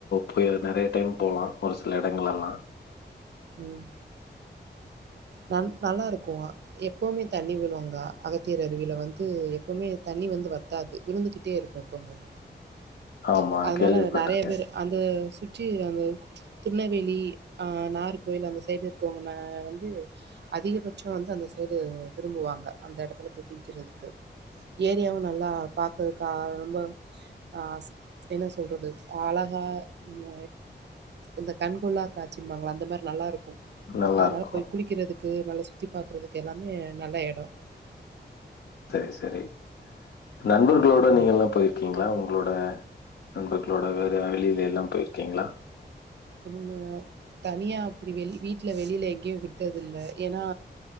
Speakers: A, on the left; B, on the right.
A: போய் நெறையா டைம் போலா ஒரு சில எடங்களல்லா
B: ம் நன் நல்லா இருக்குங்க எப்பவுமே தண்ணி விழு அங்கா அகத்தியர் அருவியில வந்து எப்பவுமே தண்ணி வந்து வத்தாது விழுந்துக்கிட்டே இருக்கு எப்பவுமே அங்க
A: ஆமா
B: அதனால
A: கேள்விப்பட்டிருக்கே
B: நெறைய பேர் அந்த சு ற்றி அந்த திருநெல்வேலி ஆ நாகர்கோயில் அந்த சைடு இருக்குவங்க வந்து அதிகபட்சோ வந்து அந்த சைடு விரும்புவாங்க அந்த எடத்துல போய் குளிக்கிறதுக்கு. ஏரியாவு நல்லா பாக்குறதுக்கு ரொம்ப ஆ ஸ் என்ன சொல்றது அழகா இந்த இந்த கண்கொள்ளா காட்சிம்பாங்கல்ல அந்த மாரி நல்லா இருக்கு
A: நல்லா
B: அதனால
A: இருக்கு
B: போய் குளிக்கிறதுக்கு நல்லா சு த்தி பாக்குறதுக்கு எல்லாமே நல்ல எடோ.
A: சரி சரி. நண்பர்களோட
B: ம்
A: நீங்க எல்லா போயிருக்கீங்ளா உங் களோட நண்பர்களோட வேற வெளியில எல்லா போயிருக்கீங்களா?
B: நம்ம தனியா அப்டி வெளி வீட்ல வெளியில எங்கயு விட்டதில்ல ஏன்னா